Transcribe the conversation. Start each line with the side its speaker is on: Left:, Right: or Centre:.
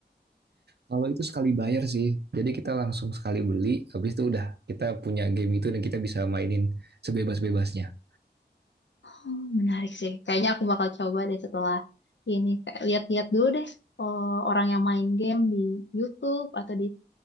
Right: Kalau itu sekali bayar sih. Jadi kita langsung sekali beli, habis itu udah kita punya game itu dan kita bisa mainin sebebas-bebasnya.
Left: Hmm, menarik sih kayaknya aku bakal coba deh setelah ini kayak lihat-lihat dulu deh eh, orang yang main game di YouTube atau di